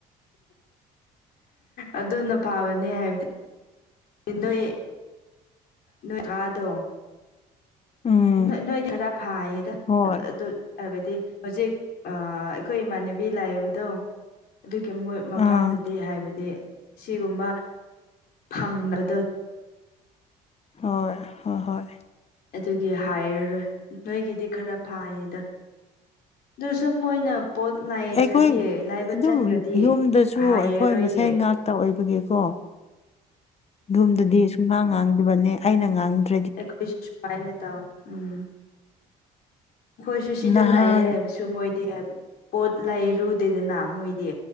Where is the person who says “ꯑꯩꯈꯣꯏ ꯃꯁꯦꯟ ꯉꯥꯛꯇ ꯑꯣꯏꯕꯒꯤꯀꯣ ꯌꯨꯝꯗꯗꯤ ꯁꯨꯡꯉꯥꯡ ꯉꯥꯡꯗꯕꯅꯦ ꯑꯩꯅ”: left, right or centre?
Left